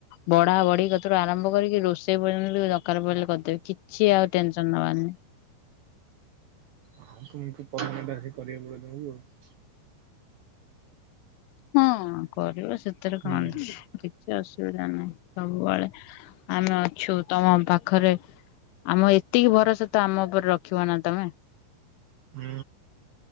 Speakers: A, on the left; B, on the right.
A: ବଢା ବଢି କତିରୁ ଆରମ୍ଭ କରିକି ରୋଷେଇ ପର୍ଯ୍ୟନ୍ତ ବି ଦରକାର ପଇଲେ କରିଦେବି। କି ଛି ଆଉ ଟେନସନ୍ ନବାର ନାହିଁ।
B: ହଁ ତୁମକୁ ପର୍ମାନେଣ୍ଟ ଆସିକି କରିବାକୁ <unintelligible>
A: ହଁ କରିବ ସେଥେରେ
B: ହୁଁ
A: କଣ ଅଛି। କିଛି ଅସୁବିଧା ନାହିଁ ସବୁବେଳେ ଆମେ ଅଛୁ ତମ ପାଖରେ। ଆମ ଏତିକି ଭରସା ତ ଆମ ଉପରେ ରଖିବ ନା ତମେ।
B: ହୁଁ।